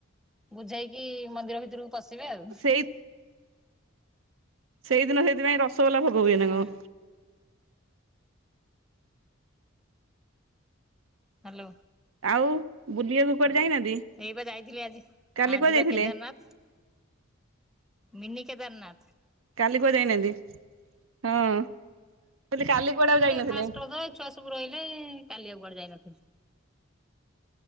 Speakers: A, in the centre; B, on the right (about 85°).
A: ବୁଝାଇକି ମନ୍ଦିର ଭିତରକୁ ପଶିବେ ଆଉ।
B: ସେଇ ସେଇଦିନ ସେଇଥିପାଇଁ ରସଗୋଲା ଭୋଗ
A: ହୁଁ
B: ହୁଏ ନାଁ କଣ?
A: ହାଲୋ।
B: ଆଉ ବୁଲିବାକୁ କୁଆଡେ ଯାଇନାହାନ୍ତି?
A: ଏଇ ବା ଯାଇଥିଲି ଆଜି
B: କାଲି
A: ଆଜି
B: କୁଆଡେ ଯାଇଥିଲେ
A: ବା Kedarnath. Mini Kedarnath.
B: କାଲି କୁଆଡେ ଯାଇନାହାନ୍ତି ହଁ ମୁଁ କହିଲି କାଲି କୁଆଡେ ଆଉ ଯାଇନଥିଲେ?
A: ଫାଷ୍ଟ ରଜ ଏଇ ଛୁଆ ସବୁ ରହିଲେ କାଲି ଆଉ କୁୁଆଡେ ଯାଇନଥିଲି।